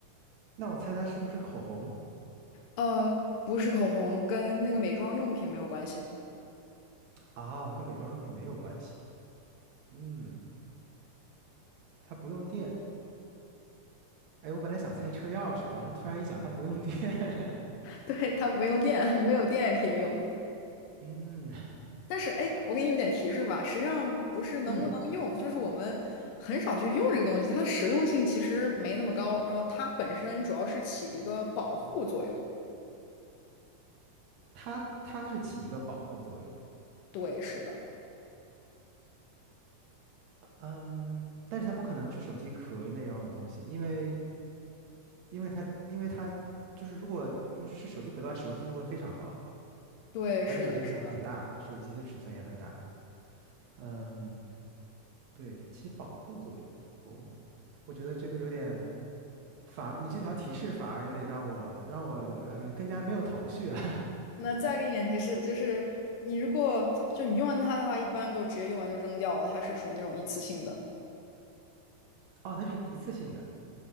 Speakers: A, on the right; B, on the left.
A: 那我猜它是不是口红
B: 呃，不是口红，跟那个美妆用品没有关系。
A: 啊？跟美妆用品没有关系。嗯，它不用电。哎，我本来想猜车钥匙，然后突然一想，它不用电。<laughs>
B: <laughs> 对，它不用电，没有电也可以用。
A: 嗯
B: 但是，哎，我给你一点提示吧，实际上不是能不能用，
A: 嗯，
B: 就是我们很少去用这个东西，它的实用性其实没那么高。然后它本身主要是起一个保护作用。
A: 它它是起一个保护作用。
B: 对，是的，
A: 嗯，但是它不可能是手机壳那样的东西，因为因为它因为它就是如果用是手机壳的话，使用性就会非常高，
B: 对，
A: 而且手机壳会很大，
B: 是的，是的。
A: 手机的尺寸也很大。嗯。对，它起保护作用。哦，我觉得这个有点反而，你这条提示反而有点让我让我呃更加没有头绪了。
B: 那再给你点提示，就是你如果就你用完它的话，一般都直接用完就扔掉了，它是属于那种一次性的。
A: <laughs> 哦，它是一次性的